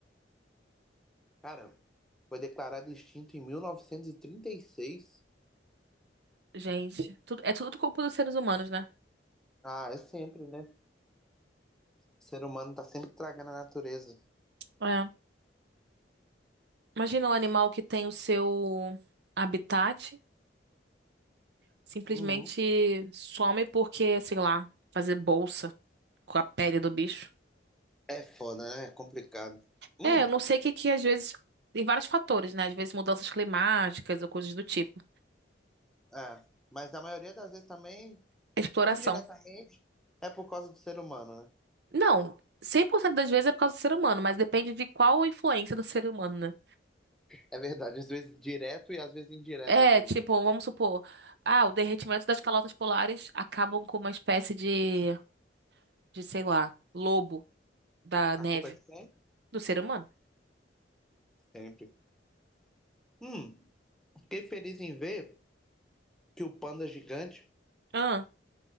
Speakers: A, in the centre; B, on the right.
A: Cara, foi declarado extinto em 1936.
B: gente. Tudo, é tudo culpa dos seres humanos, né?
A: Ah, é sempre, né? O ser humano tá sempre estragando a natureza.
B: É. Imagina um animal que tem o seu habitat, simplesmente
A: Uhum.
B: some porque, sei lá, fazer bolsa com a pele do bicho.
A: É foda, né? É complicado. Hum,
B: É, eu não sei o que que às vezes. Tem vários fatores, né? Às vezes mudanças climáticas ou coisas do tipo.
A: é. Mas na maioria das vezes também,
B: A exploração.
A: indiretamente, é por causa do ser humano, né?
B: Não, 100% das vezes é por causa do ser humano, mas depende de qual influência do ser humano, né?
A: É verdade, às vezes direto e às vezes indiretamente.
B: É, tipo, vamos supor, ah, o derretimento das calotas polares acabam com uma espécie de, de, sei lá, lobo da
A: A
B: neve
A: culpa é de quem?
B: do ser humano.
A: Sempre. Hum, fiquei feliz em ver que o panda gigante
B: Ah,